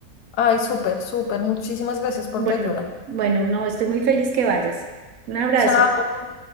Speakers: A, on the left; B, on the right.
A: Ay, súper, súper. Muchísimas gracias por
B: Bueno,
A: tu ayuda.
B: bueno, no, estoy muy feliz que vayas. Un abrazo.
A: Chao.